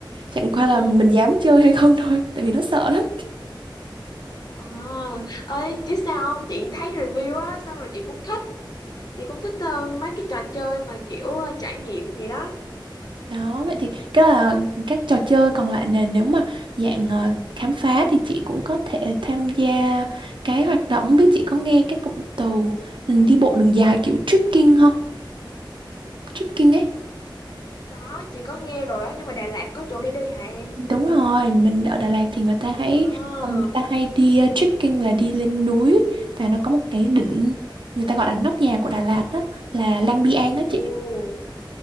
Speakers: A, on the left; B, on the right.
A: Ừ.
B: chẳng qua là mình dám chơi hay không thôi tại vì nó sợ lắm
A: À, ơi chứ sao không chị thấy review á xong rồi chị cũng thích chị cũng thích ờ, mấy cái trò chơi mà kiểu ờ, trải nghiệm gì đó
B: đó vậy thì cái là các trò chơi còn lại nè nếu mà dạng ờ, khám phá thì chị cũng có thể tham gia cái hoạt động không biết chị có nghe cái cụm từ ừ, đi bộ đường dài kiểu trekking không trekking ấy
A: có chị có nghe rồi á nhưng mà Đà Lạt có chỗ để đi hả em
B: Đúng rồi, mình ở Đà Lạt thì người ta hay
A: À,
B: ờ, người ta hay đi ờ, trekking là đi lên núi và nó có một cái đỉnh người ta gọi là nóc nhà của Đà Lạt đó là Lang Biang á
A: ồ,
B: chị.